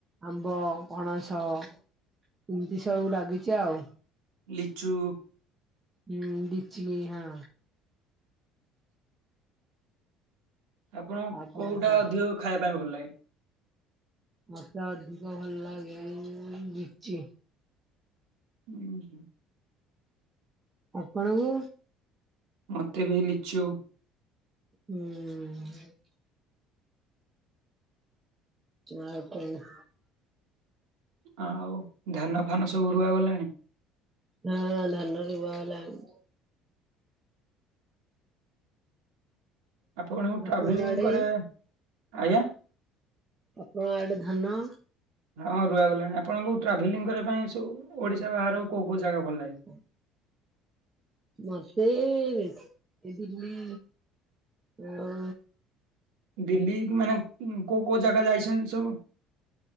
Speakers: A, on the right; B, on the right.
A: ଆମ୍ବ, ପଣସ ଏମିତି ସବୁ ଲାଗିଛି ଆଉ।
B: ଲିଚୁ।
A: ହୁଁ ଲିଚ ହଁ।
B: ଆପଣ
A: ଆଉ କଣ
B: କୋଉଟା
A: କୁହ?
B: ଅଧିକ ଖାଇବା ପାଇଁ ଭଲ ଲାଗେ।
A: ମତେ ଅଧିକ ଭଲ ଲାଗେ ବିଛି।
B: ହୁଁ ହୁଁ
A: ଆପଣଙ୍କୁ?
B: ମତେ ବି ହେଇ ଲିଚୁ।
A: ହୁଁ ଆଉ କଣ
B: ଆଉ ଧାନ ଫାନ ସବୁ ରୁଆ ଗଲାଣି।
A: ହଁ ଧାନ ରୁ ବା ହେଲାଣି।
B: ଆପଣ
A: ଆପଣଙ୍କ
B: ଟ୍ରାଭେଲିଂ
A: ଆଡେ
B: କରେ। ଆଜ୍ଞା।
A: ଆପଣ ଆଡେ ଧାନ
B: ହଁ ରୁଆଗଲାଣି। ଆପଣଙ୍କୁ ଟ୍ରାଭେଲିଂ କରିବା ପାଇଁ ସବୁ ଓଡ଼ିଶା ବାହାରେ କୋଉ କୋଉ ଜାଗା ଭଲ ଲାଗେ।
A: ହୁ ମତେ ଏ ଦିଲ୍ଲୀ ଆଉ
B: ଦିଲ୍ଲୀ ମାନେ କୋଉ କୋଉ ଜାଗା ଯାଇଛନ୍ତି ସବୁ।